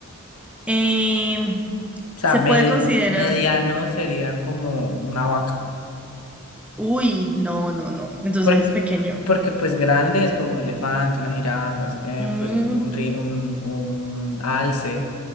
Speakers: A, in the centre; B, on the left.
A: Em,
B: O sea,
A: se
B: medi-
A: puede considerar,
B: mediano sería como una vaca.
A: uy, no, no, no, entonces
B: Porque,
A: es pequeño.
B: porque pues grande es como elefante, una jirafa, no sé qué,
A: Mm,
B: pues un, ri- un, un alce